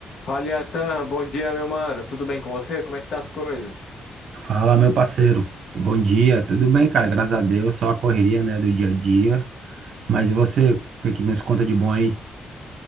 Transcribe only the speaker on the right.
Fala, meu parceiro. Bom dia. Tudo bem, cara? Graças a Deus. Só a correria, né, do dia a dia. Mas e você? O que que nos conta de bom aí?